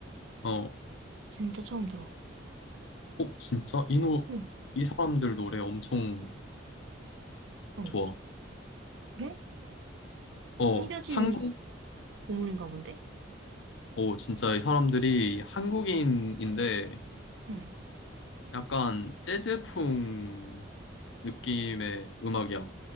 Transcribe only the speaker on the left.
어,
어, 진짜? 이 노,
이 사람들 노래 엄청
좋아.
어,
한국,
어, 진짜 이 사람들이 한국인인데
약간 재즈풍 느낌의 음악이야.